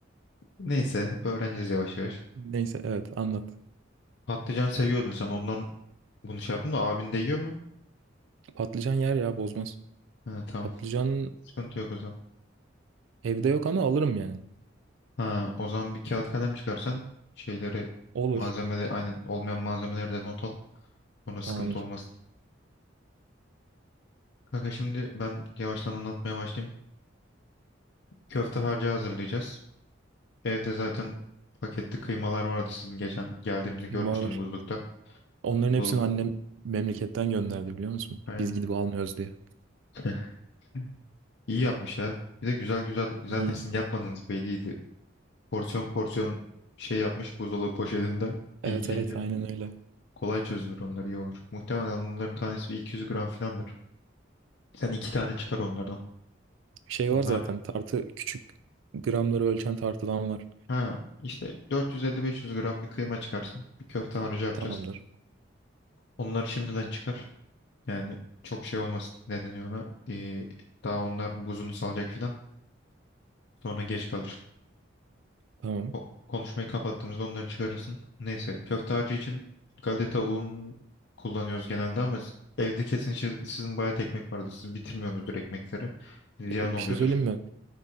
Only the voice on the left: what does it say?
Neyse öğreneceğiz yavaş yavaş.
Patlıcan seviyordun sen ondan bunu şey yaptın da abin de yiyor mu?
Ha, tamam.
Sıkıntı yok o zaman.
Ha, o zaman bir kağıt kalem çıkarsan şeyleri
malzemeleri aynen olmayan malzemeleri de not al. Ona sıkıntı
olmaz. Kanka şimdi ben yavaştan anlatmaya başlayayım. Köfte harcı hazırlayacağız. Evde zaten paketli kıymalar vardı sizin geçen geldiğimde görmüştüm
buzlukta.
Buzluğu
aynen.
<laughs> İyi yapmış ya. Bir de güzel güzel zaten
sizin yapmadığınız belliydi. Porsiyon porsiyon şey yapmış buzdolabı poşetinde
ince
ince.
Kolay çözünür onlar iyi olur. Muhtemelen onların tanesi bir 200 gram filandır. Sen iki tane çıkar onlardan.
Onlar
ha işte 450-500 gram bir kıyma çıkarsın. Bir köfte harcı yapacağız.
Onları şimdiden çıkar. Yani çok şey olmasın. Ne deniyor ona? Ee, daha onlar buzunu salacak filan. Sonra geç kalır.
O, konuşmayı kapattığımızda onları çıkarırsın. Neyse köfte harcı için galeta un kullanıyoruz genelde ama s- evde kesin şi- sizin bayağı ekmek vardır. Siz bitirmiyorsunuzdur ekmekleri. Ziyan
oluyordur.